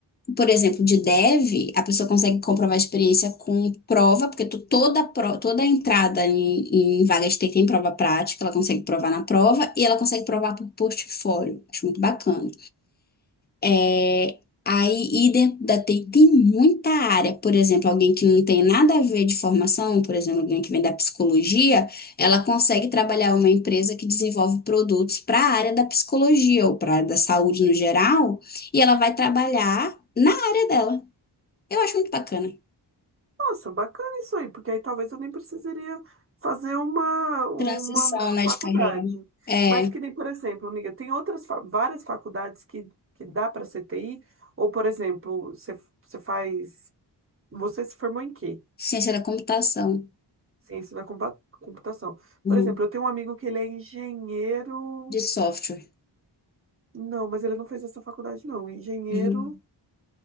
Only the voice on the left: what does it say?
Por exemplo, de dev, a pessoa consegue comprovar experiência com prova, porque tu, toda, pro- toda entrada em, em vaga de TI tem prova prática, ela consegue provar na prova e ela consegue provar por portfólio. Acho muito bacana. É, aí, e dentro da TI tem muita área. Por exemplo, alguém que não tem nada a ver de formação, por exemplo, alguém que vem da psicologia, ela consegue trabalhar em uma empresa que desenvolve produtos para a área da psicologia ou para a área da saúde no geral, e ela vai trabalhar na área dela. Eu acho muito bacana.
Transição,
né,
de carreira. É,
ciência da computação,
uhum,
de software.
uhum.